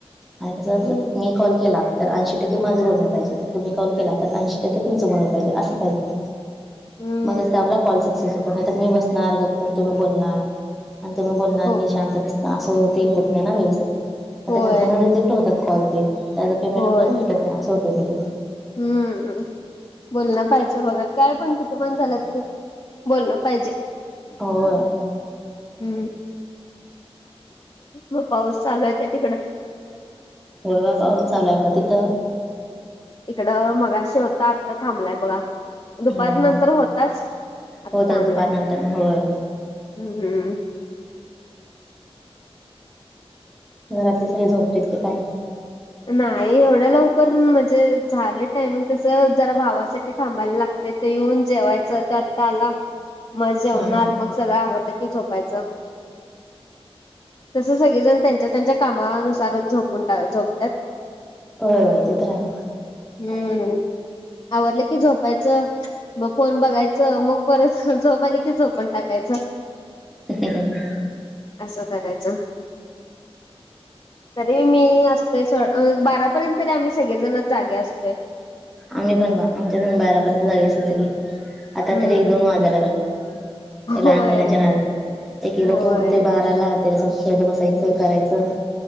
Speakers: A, in the centre; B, on the left (about 40°).
A: आणि जर
B: हम्म
A: तिथं मी. कॉल केला तर ऐशी टक्के माझं बोलण पाहिजे आणि तुम्ही कॉल के तर ऐंशी टक्के तुमचं बोलण पाहिजे असं पाहिजे.
B: हम्म
A: मग आमला कॉल सक्सेस हो नाही तर मी बसणार गगप्प तुम्ही बोलणार. आणि तुम्ही बोलणार
B: हो
A: मी शांत बसन असं हो ते होत नाही ना व्यवस्थित.
B: होय
A: ते नंतर रिजेक्ट होतात कॉल ते त्याचं पेमेंट
B: होय
A: आपल्याला भेटत नाही असं होते मी ते.
B: हम्म. बोलणं पाहिजे बघा काय पण किथे पण झालं तरी बोलणं पाहिजे.
A: होय
B: हम्म. मग पाऊस चालू आहे काय तिकडं.
A: थोडा पाऊस चालू हाय बघा तिथं.
B: इकडं मगाशी होता आता थांबलाय बघा. दुपार
A: हम्म
B: नंतर होताच आता
A: होत
B: थांबलाय.
A: दुपार नंतर होय
B: हम्म हम्म.
A: घरातले सगळे झोपलेत की काय.
B: नाही एवढं लवकर म्हणजे झाले टायमिंग तस जरा भावासाठी थांबायला लागत. तेथे येऊन जेवायचं ते आता आला मग जेवणार
A: हा हा
B: मग. सगळं आवरलं की झोपायचं. तस सगळेजण त्यांच्या त्यांच्या कामानुसारच झपून टाक झोपतात
A: होय होय ते तर हाय.
B: हम्म आवरलं की झोपायचं. मग फोन बघायचं मग परत झोपा आली की झोपून टाकायचं.
A: ह ह,
B: असं करायचं. तरी मी असतो स बारापर्यंत तरी आम्ही सगळेजण जागे असतोय.
A: आम्ही पण बा आमच्याकडे बारा पर्यंत जागे असतात सगळी आता
B: हम्म
A: तर एक दोन वाजायला लागलेत. लहान
B: होय
A: मुलांच्या ना एक एकदा
B: होय
A: तोडते बाराला. त्याच्यासोबत खेळत बसायचं करायचं